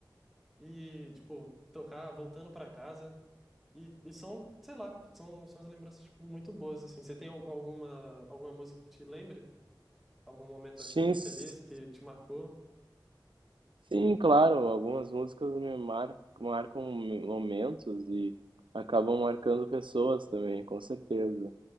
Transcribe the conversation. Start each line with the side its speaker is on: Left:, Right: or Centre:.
Centre: e, tipo, tocar voltando pra casa. E, e são, sei lá, são, são as lembranças, tipo, muito boas, assim. Você tem al- alguma, alguma música que te lembre? Algum momento, assim,
Right: Sim, s-
Centre: feliz, que te marcou?
Right: sim, claro. Algumas músicas me mar- marcam momentos e acabam marcando pessoas também, com certeza.